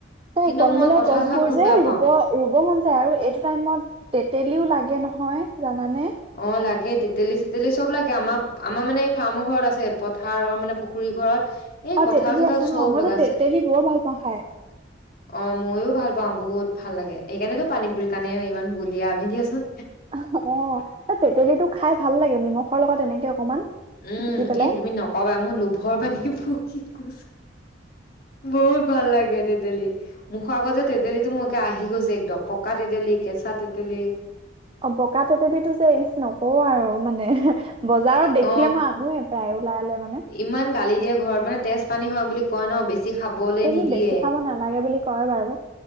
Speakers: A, on the right; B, on the left.
A: এ
B: কিন্তু
A: ফল-মূলৰ
B: মই কঁঠাল
A: গছবোৰ
B: খাই বহুত
A: যে
B: বেয়া পাওঁ
A: ৰুব, ৰুব মন যায় আৰু এইটো টাইমত তেতেলীও লাগে নহয় জানানে?
B: অ'লাগে তেতেলী-চেতেলি চব লাগে আমাৰ, আমাৰ মানে এই ফাৰ্মৰ ঘৰত আছে পথাৰৰ মানে পু খুৰী ঘৰত এই
A: অ'তেতেলী
B: কঁঠাল চঠাল
A: আছে
B: চব
A: ন'মই
B: লগাইছে
A: যে তেতেলী বৰ ভাল পাওঁ খাই।
B: <inaudible> অ' মইয়ো ভাল পাওঁ বহুত ভাল লাগে এইকাৰণেতো পানী পুৰি কাৰণে ইমান বলিয়া আমি দিয়াচোন।
A: <unintelligible> অ'তেতেলীটো খাই ভাল লাগে নিমখৰ লগত এনেকে অকমান।
B: উম,
A: পিটিকি পেলাই
B: এ তুমি নকবা মোৰ লোভৰ পানি পৰি গৈছে। বহত ভাল লাগে তেতেলী। মুখৰ আগত যে তেতেলীটো মোৰ একে আহি গৈছে একদম পকা তেতেলী, কেঁচা তেতেলী
A: অ' পকা তেতেলীতোটো যে ইচ নকওঁ আৰু মানে। বজাৰত দেখিলে
B: অ
A: মই আনোয়ে প্ৰায় ওলালে মানে।
B: ইমান গালি দিয়ে ঘৰত মানে তেজ পানী হয় বুলি কয় ন' বেছি খাবলৈ
A: তেতেলি
B: নিদিয়ে
A: বেছি খাব নালাগে বুলি কয় বাৰু।